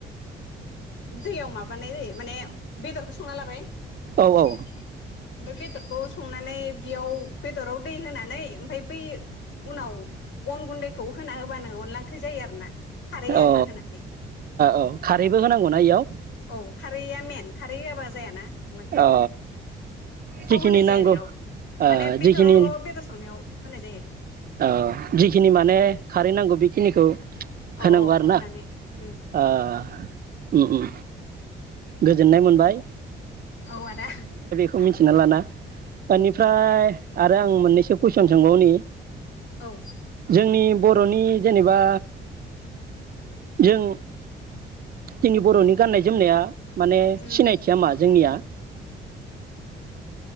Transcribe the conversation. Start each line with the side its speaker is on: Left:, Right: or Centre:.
Left: दैयाव माबानाय जायो माने बेदरखौ संना लाबाय। <inaudible> ओमफाय
Right: औ औ
Left: बेदरखौ संनानै बेयाव बेदराव दै होनानै ओमफाय बै उनाव अन गुन्दैखौ होना होबानो अनला ओंख्रि जायो आरो ना। खारै आरि
Right: औ ओ
Left: होनानै
Right: औ खारैबो होनांगौना इयाव
Left: औ खारैया मेन खारै होआबा जायाना अनला ओख्रिया।
Right: अ
Left: थाव
Right: जिखिनि
Left: होनाय जाया
Right: नांगौ
Left: बेयाव
Right: ओ
Left: माने बेदरावल'
Right: जिखिनि
Left: बेदर संनायाव होनाय जायो।
Right: औ जिखिनि माने खारै नांगौ बेखिनिखौ
Left: औ
Right: होनांगौ
Left: औ
Right: आरोना
Left: होनानै उम
Right: ओह। उम उम गोजोननाय मोनबाय।
Left: औ आदा।
Right: खौ मिथिना लाना। ओनिफ्राय
Left: उम
Right: आरो आं मोननैसो कुइसन सोंबावनि।
Left: औ।
Right: जोंनि बर'नि जेनेबा जों जोंनि बर'नि गाननाय जोमनाया माने
Left: उम
Right: सिनायथिया मा जोंनिया?